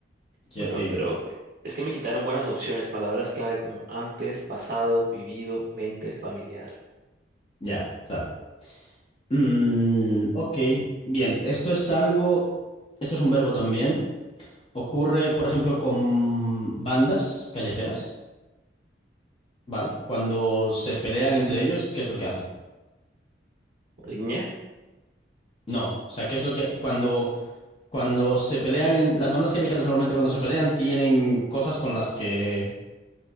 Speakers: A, on the left; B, on the right.
A: Quiero
B: Bueno,
A: decir,
B: pero es que me quitaron buenas opciones, palabras clave como antes, pasado, vivido, mente, familiar.
A: ya, claro. Mm, ok, bien, esto es algo, esto es un verbo también. Ocurre, por ejemplo, con bandas callejeras, ¿vale? Cuando se pelean entre ellos, ¿qué es lo que hacen?
B: Riña,
A: No, o sea, ¿qué es lo que cuando cuando se pelean en las bandas callejeras normalmente cuando se pelean tienen cosas con las que